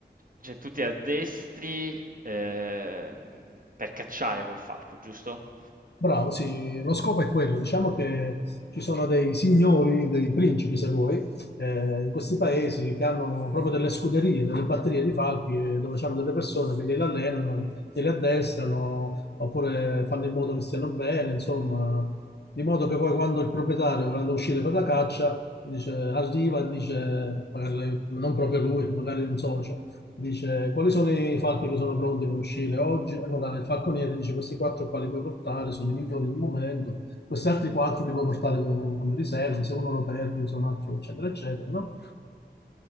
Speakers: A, on the right; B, on the left.
A: cioè tu ti addestri, ehm, per cacciare col falco, giusto?
B: bravo, sì, lo scopo è quello. Diciamo che ci sono dei signori, dei principi, se vuoi, eh, in questi paesi che hanno proprio delle scuderie, delle batterie di falchi, eh, dove hanno delle persone che li allenano, li addestrano, oppure fanno in modo che stiano bene, insomma, di modo che poi quando il proprietario, volendo uscire per la caccia, dice, arriva e dice, magari l'aiut- non proprio lui, magari un socio, Dice, quali sono i falchi che sono pronti per uscire oggi? Allora, il falconiere dice, questi quattro quali puoi portare sono i migliori del momento, questi altri quattro li puoi portare come, come riserva, se uno lo perdi usa un altro, eccetera, eccetera, no?